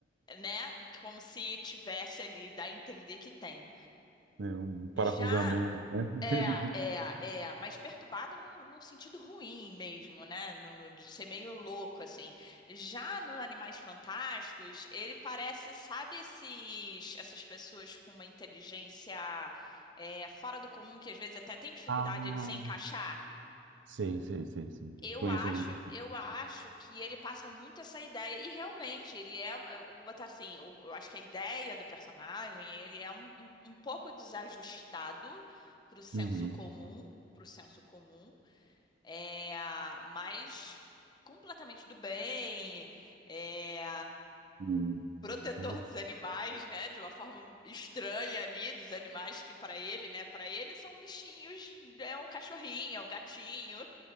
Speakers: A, on the left; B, on the right.
A: né, como se tivesse ali, dá a entender que tem.
B: É um parafusamento,
A: Já
B: né? <laughs>
A: é, é, é, mas perturbado num, num sentido ruim mesmo, né? No- no- de ser meio louco, assim. Já no Animais Fantásticos, ele parece, sabe, esses, essas pessoas com uma inteligência é, fora do comum, que às vezes até tem dificuldade
B: Ah,
A: de se encaixar?
B: sei, sei, sei, sei.
A: Eu
B: Conheço
A: acho,
B: gente.
A: eu acho que ele passa muito essa ideia, e realmente ele é, eu vou botar assim, eu, eu acho que a ideia do personagem, ele é um, um, um pouco desajustado pro senso
B: Uhum.
A: comum, pro senso comum, é, mas completamente do bem, é,
B: Uhum.
A: protetor
B: Isso é verdade.
A: dos animais, né, de uma forma estranha ali, dos animais que para ele, né, para ele são bichinhos, é um cachorrinho, é um gatinho.